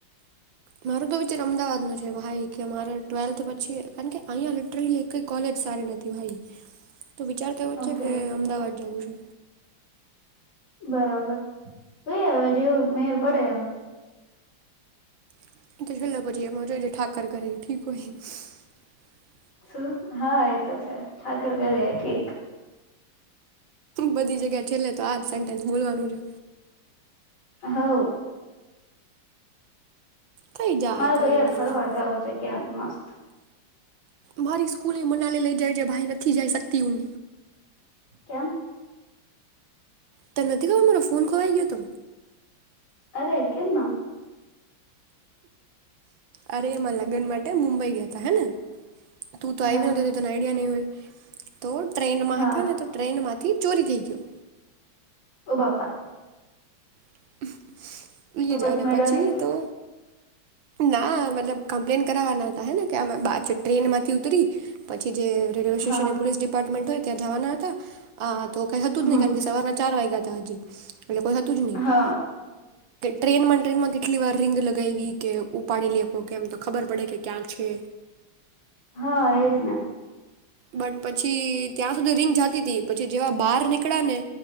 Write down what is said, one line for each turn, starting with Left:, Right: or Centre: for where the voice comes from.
Right: મારો તો વિચાર અમદાવાદ નો છે ભાઈ કે અરે ટ્વેલ્થ પછી કારણ કે અહીંયા લિટરલી કઈ કોલેજ સારી નથી ભાઈ તો વિચાર થવો
Left: ઓકે
Right: જ છે કે અમદાવાદ જવું છે.
Left: બરાબર જોઈ હવે જેવું મેર પડે એમ
Right: <unintelligible>
Left: શું હા એતો છે ઠાકર કરે ઠીક
Right: બધી જગ્યા છેલ્લે તો આ જ સેન્ટેન્સ બોલવાનું છે
Left: હવ
Right: થઈ જાય
Left: મારે
Right: કાંઈક
Left: તો યાર
Right: મતલબ
Left: ફરવા જવું છે ક્યાંક મસ્ત
Right: મારી સ્કૂલ એ મનાલી લઈ જાય જે ભાઈ નથી જઈ શકતી હું
Left: કેમ
Right: ત નથી ખબર મારો ફોન ખોવાઈ ગયો હતો
Left: અરે કેમ ના
Right: અરે એમાં લગ્ન માટે મુંબઈ ગયા ત હેને તું તો આઈવી
Left: હા
Right: નતી તો તને આઈડીયા નહીં હોય. તો ટ્રેનમાં
Left: હા
Right: હતા ને તો ટ્રેનમાં થી ચોરી થઈ ગયો.
Left: ઓ બાપા
Right: <inaudible> <inaudible>
Left: તો
Right: અને
Left: મેળ્યો
Right: પછી
Left: નહી
Right: તો ના મતલબ કમ્પ્લેન કરાવવા ના હતા હેને કેમે ટ્રેન માંથી ઉતરી પછી રેલ્વેસ્ટેશને
Left: હા
Right: એ પોલીસ ડિપાર્ટમેન્ટ હો જવાનાં હતા. કઈ હતું
Left: હમ
Right: નય <unintelligible> સવારના ચાર વાગ એટલે કોઈ હતું જ નય. <unintelligible>
Left: હા.
Right: ટ્રેનમાં ટ્રેનમાં કેટલી વાર રીંગ લગાયવી કે ઉપાડી લેહો કેમ તો ખબર પડે કે ક્યાં છે.
Left: હા એજ ને.
Right: બટ પછી ત્યાં સુધી રિંગ જતી હતી પછી જેવા બહાર નીકળ્યા ને,